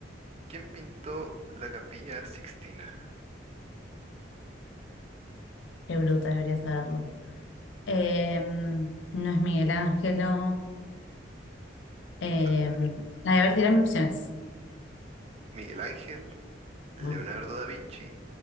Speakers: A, on the right; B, on the left.
A: ¿Quién pintó la Capilla Sixtina?
B: Qué bruta, debería saberlo. Em, no es Miguel Ángelo. Em,
A: Esa-
B: a ver, tirarme opciones.
A: Miguel Ángel, Leonardo
B: Mm,
A: da Vinci,